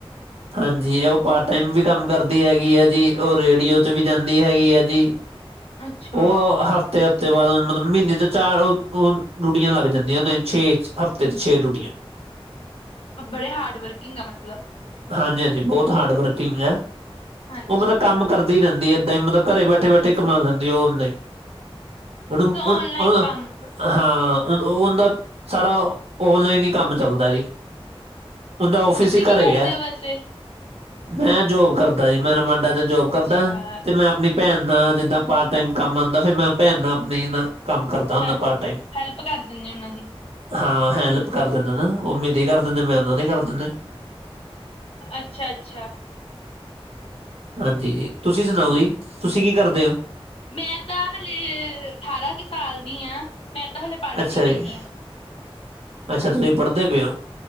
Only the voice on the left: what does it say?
ਅੱਛਾ
ਬੜੇ ਹਾਰਡ ਵਰਕਿੰਗ ਆ, ਮਤਲਬ‌।
ਹਾਂਜੀ
ਠੀਕ,
ਔਨਲਾਈਨ ਕੰਮ
ਅੱਛਾ
ਤੁਸੀਂ
ਕੀ
ਕਰਦੇ
ਹੋ ਵੈਸੇ
ਅੱਛਾ
ਹੈਲਪ
ਹੈਲਪ ਕਰ ਦਿੰਦੇ ਉਹਨਾਂ ਦੀ
ਅੱਛਾ-ਅੱਛਾ।
ਮੈਂ ਤਾਂ ਹਲੇ, ਅਠਾਰਾਂ ਕੁ ਸਾਲ ਦੀ ਹਾਂ, ਮੈਂ ਤਾਂ ਹਲੇ ਪੜ੍ਹਦੀ
ਪਈ ਆ